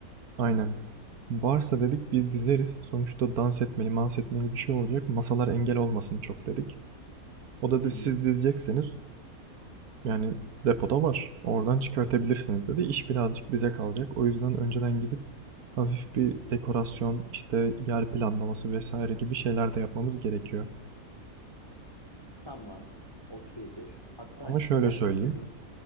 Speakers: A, on the right (about 85°); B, on the left (about 15°).
A: Aynen.
B: Hı hı.
A: Varsa dedik biz dizeriz. Sonuçta dans etmeli, mans etmeli bir şey olacak. Masalar engel olmasın çok dedik. O da
B: Hı
A: siz
B: hı.
A: dizeceksiniz. Yani depoda var. Oradan çıkartabilirsiniz dedi. İş birazcık bize kalacak. O yüzden önceden gidip hafif bir dekorasyon, işte yer planlaması vesaire gibi şeyler de yapmamız gerekiyor.
B: Tamam. Okeydir. Hatta
A: Ama
B: istersen
A: şöyle söyleyeyim.
B: şunu